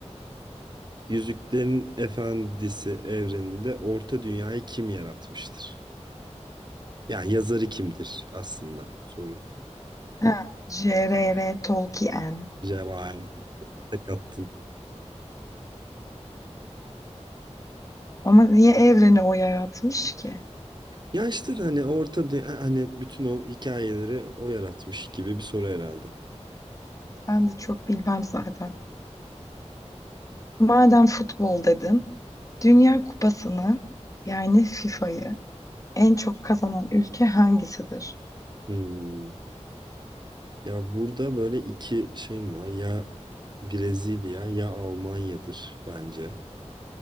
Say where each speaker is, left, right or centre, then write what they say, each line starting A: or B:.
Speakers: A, on the right (about 40°); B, on the left (about 30°).
A: Yüzüklerin Efendisi evreninde Orta Dünya'yı kim yaratmıştır? Yani yazarı kimdir aslında soru.
B: Ha, J.R.R. Tolkien.
A: Cevahir Tek attın.
B: Ama niye evreni o yaratmış ki?
A: Ya işte hani Orta Dünya hani bütün o hikayeleri o yaratmış gibi bir soru herhalde.
B: Ben de çok bilmem zaten. Madem futbol dedin, Dünya Kupası'nı yani FIFA'yı en çok kazanan ülke hangisidir?
A: Hmm. Ya burada böyle iki şeyim var. Ya Brezilya ya Almanya'dır bence.